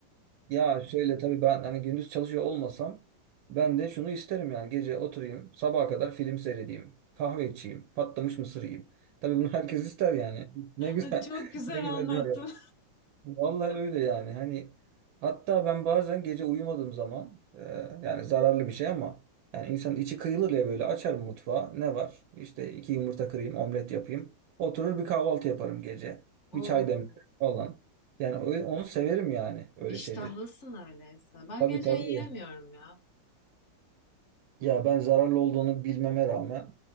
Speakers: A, on the right; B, on the left.
A: ya şöyle tabii ben hani gündüz çalışıyor olmasam ben de şunu isterim yani gece oturayım sabaha kadar film seyredeyim. Kahve içeyim. Patlamış mısır yiyeyim. Tabii bunu herkes ister yani. <laughs> Ne güzel.
B: Ay, Çok
A: <laughs>
B: güzel
A: Ne güzel
B: anlattın.
A: bir hayat. Vallahi öyle yani hani hatta ben bazen gece uyumadığım zaman e, yani zararlı bir şey ama yani insan içi kıyılır ya böyle açarım mutfağı ne var işte iki yumurta kırayım omlet yapayım oturur bir kahvaltı yaparım gece
B: <laughs> Oo,
A: bir çay demlerim falan yani öyle, onu severim yani öyle
B: iştahlısın
A: şeyleri.
B: öyleyse. Ben
A: Tabii
B: gece
A: tabii
B: yiyemiyorum ya.
A: ya ben zararlı olduğunu bilmeme rağmen